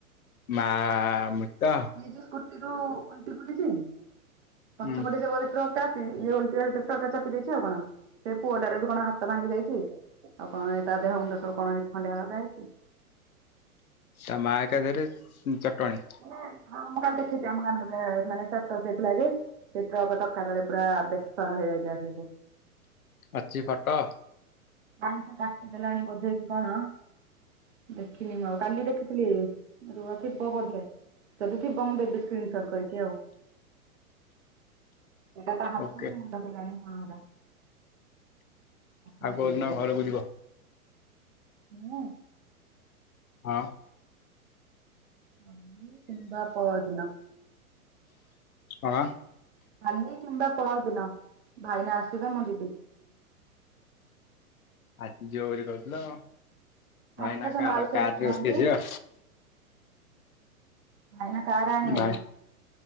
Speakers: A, on the left (about 70°); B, on the right (about 45°).
A: ମା ମୃତ।
B: ଏଇ ଯୋଉ ସ୍କୁଟିରୁୁ ଓଲ୍ଟି ପଡ଼ିଛି ପଛ
A: ହୁଁ
B: ପଟେ ଯିବ ଦେ ଟ୍ରକଟା ଆସେ ଇଏ ଓଲଟିବା ଭିତରେ ଟ୍ରକ୍ ଟା ଚାପି ଦେଇଛି ଆଉ କଣ ସେ ପୁଅଟାର ବି କଣ ହାତ ଭାଙ୍ଗି ଯାଇଛି। ଆଉ କଣ ହେଇ ତା ଦେହ ମୁଣ୍ଡ ସବୁ କଣ ହେଇଛି ଖଣ୍ଡିଆ ଖାବରା ହେଇଛି।
A: ତା ମା ଏକାଥରେ ହୁଁ ଚଟଣୀ।
B: ମାନେ ହଁ ମୁଁ କାଲି ଦେଖିଛିି ଆମ ଗାଁରୁ <unintelligible> ମାନେ ଚଟ <unintelligible> ହେଇଠି। ସେ ଟ୍ରକ ଚକା ତଳେ ପୁରା ବେସର ହେଇଯାଇଛି ବା‌ ସେଇଠି।
A: ଅଛି ଫଟ?
B: ନାହିଁ ସେ କାଟି ଦେଲାଣି ବୋଧେ କି କଣ। ଦେଖିନି ମୁଁ ଆଉ କାଲି ଦେଖିଥିଲି ରୁହ ଥିବ ବୋଧେ। ଯଦି ଥିବ ମୁଁ ଦେବି ସ୍କ୍ରିନ୍ ସଟ୍ କରିକି ଆଉ ସେଟା ତା ହାତ
A: ଓକେ
B: କଣ। ତ କେଜାଣି କଣ ହେଟା? ହେଇଯାଇଛି
A: ଆଉ କୋଉଦିନ
B: ପୁରା
A: ଘରକୁ ଯିବ?
B: ମୁଁ?
A: ହଁ।
B: କାଲି କିମ୍ବା ପହରଦିନ।
A: ହଁ।
B: କାଲି କିମ୍ବା ପହର ଦିନ ଭାଇନା ଆସିବେ ମୁଁ ଯିବି।
A: ଆଜି ଜିବ ବୋଲି କହୁଥିଲ ଭାଇନା
B: ଆଜି ତ ସେ
A: କାର
B: ମାଉସୀ
A: କାରରେ
B: ଆସିନାହାନ୍ତି
A: ଆସିବେ ଯିବ।
B: ଭାଇନା କାର
A: ଆସିବ
B: ଆଣିବେନି।
A: ଭାଇ